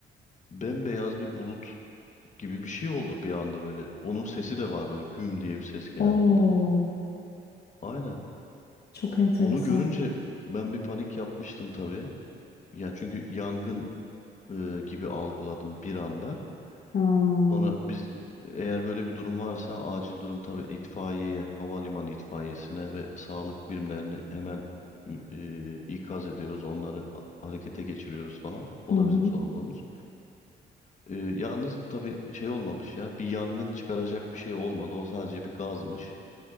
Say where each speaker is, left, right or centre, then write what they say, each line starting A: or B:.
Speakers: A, on the left; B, on the left.
A: Bembeyaz bir bulut gibi bir şey oldu bir anda böyle. Onun sesi de var böyle güm diye bir ses geldi
B: Oo,
A: falan. Aynen.
B: çok enteresan.
A: Onu görünce ben bir panik yapmıştım tabii. Ya çünkü yangın e, gibi algıladım bir anda.
B: Aa,
A: Sonra biz eğer böyle bir durum varsa acil durum tabii itfaiyeye, havalimanı itfaiyesine ve sağlık birimlerini hemen e, ikaz ediyoruz. Onları a- harekete geçiriyoruz falan. O
B: hı hı.
A: da bizim sorumluluğumuz. E, yalnız tabii şey olmamış ya bir yangın çıkaracak bir şey olmadı. O sadece bir gazmış.